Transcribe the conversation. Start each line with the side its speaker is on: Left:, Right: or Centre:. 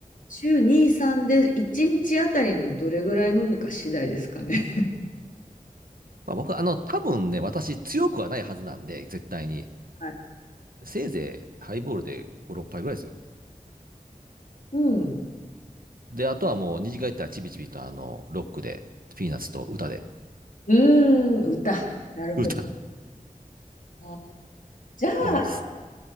Left: 週2、3で1日あたりのどれぐらい飲むか次第ですかね。
Right: まあ僕、あの、多分ね、私強くはないはずなんで、絶対に。
Left: はい。
Right: せいぜいハイボールで5、6杯ぐらいですよ。
Left: <laughs> うん。
Right: で、あとはもう二次会行ったらチビチビとあの、ロックで、ピーナッツと歌で、
Left: うーん、歌。なるほど。
Right: 歌。
Left: あじゃあ、
Right: あの、